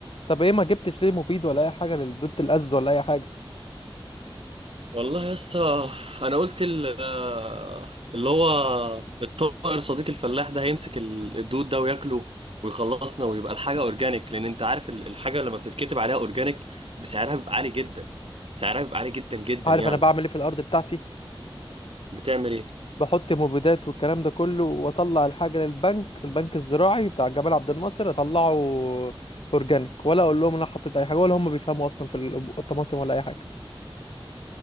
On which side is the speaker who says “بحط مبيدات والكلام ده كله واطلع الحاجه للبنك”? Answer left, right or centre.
Left